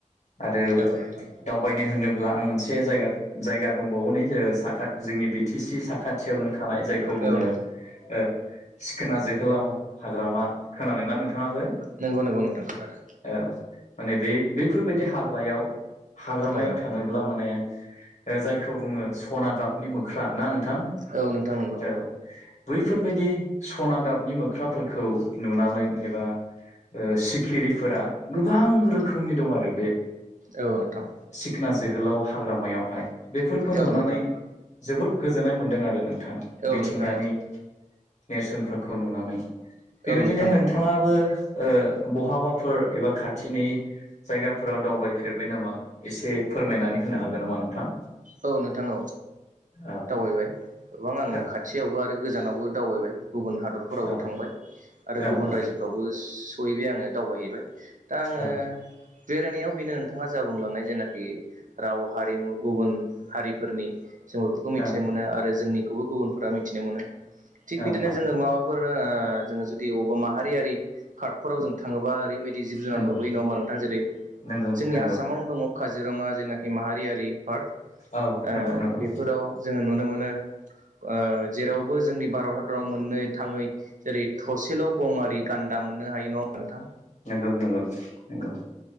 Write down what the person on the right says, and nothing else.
औ नोंथां
औ नोंथां
नोंगौ-नोंगौ-नोंथां खोनादों।
औ नोंथां
औ नोंथां नंगौ।
औ नोंथां
औ
नोंथां
औ
नोंथां औ
औ नोंथां औ नोंथां
औ नोंथां औ
दावबायबाय गोबां आङो
खाथियावबो आरो गोजानावबो दावबायबाय गुबुन हादरफोरावबो
थांबाय आरो
गुबुन
रायजोफ्रावबो सहैबाय आङो दावबायहैबाय दा आङो
बेरायनायाव बेनो नोंथाङा जा बुंलांनाय जेनाखि राव हारिमु गुबुन हारिफोरनि जों बेफोरखौ
मिथिनो
मोनो आरो जोंनि खौबो गुबुनफोरा मिथिनो मोनो थिग
बिदिनो
जोङो माबाफोर ओ जोङो जुदि अबावबा माहारियारि पार्टफोराव जों थाङोबा ओरैबायदि जिब-जुनार
नुबोयो नङा ओमबा नोंथां । जेरै-जोंनि
आसामावनो दङ काजिरङा जेनाखि माहारियारि पार्क ओ
बेफोराव जोङो नुनो मोनो ओ जेरावबो जोंनि भारत हादराव मोननो थाङै जेरै थसेल' गंआरि गान्दा मोननो हायो नङा होमबा नोंथां